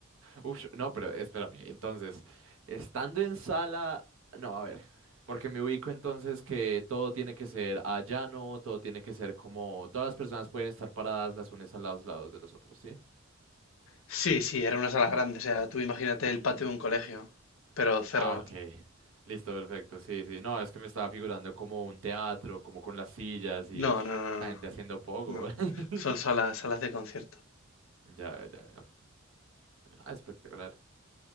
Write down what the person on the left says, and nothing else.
Sí, sí, era una sala grande,
o sea, tú imagínate el
patio de un colegio, pero cerrado.
No, no, no,
no, no,
no.
Son salas, salas de concierto.